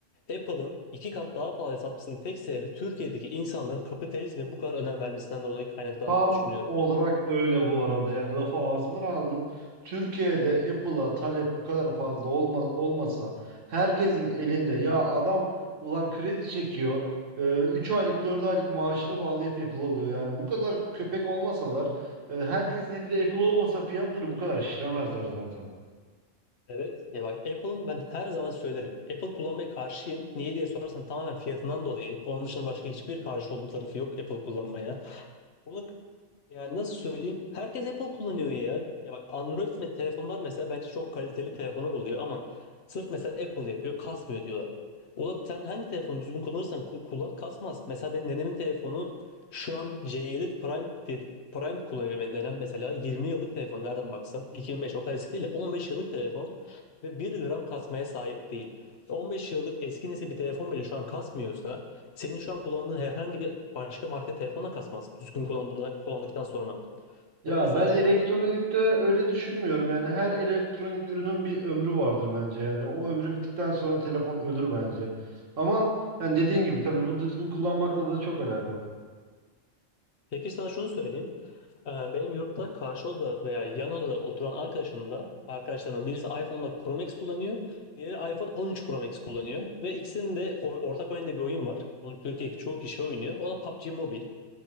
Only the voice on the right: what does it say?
Tam
olarak öyle bu arada yani lafı ağzımdan aldın. Türkiye'de Apple'a talep bu kadar fazla olma, olmasa herkesin elinde ya adam ulan kredi çekiyor e, 3 aylık 4 aylık maaşını bağlayıp Apple alıyor. Yani bu kadar köpek olmasalar e, herkesin elinde Apple olmasa fiyatları bu kadar şişiremezler zaten.
Ya
ben elektronikte
öyle düşünmüyorum yani her elektronik ürünün bir ömrü vardır bence yani o ömrü bittikten sonra telefon ölür bence. Ama yani dediğin gibi tabii bu düzgün kullanmakla da çok alakalı.